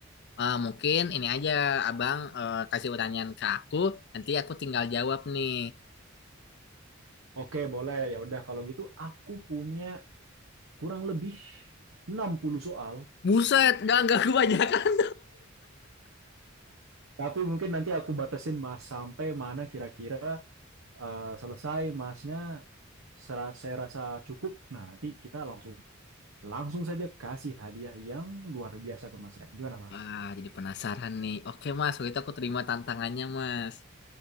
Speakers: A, on the left (about 55°); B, on the right (about 80°).
A: Ah, mungkin ini aja Abang eh, kasih pertanyaan ke aku. Nanti aku tinggal jawab nih.
B: Oke, boleh. Ya udah kalau gitu aku punya kurang lebih 60 soal.
A: Buset, nggak nggak kebanyakan.
B: Tapi mungkin nanti aku batasin Mas sampai mana kira-kira eh, selesai Masnya sera- saya rasa cukup. Nah, nanti kita langsung langsung saja kasih hadiah yang luar biasa ke Mas Rian. Gimana, Mas?
A: Wah, jadi penasaran nih. Oke Mas, waktu itu aku terima tantangannya Mas.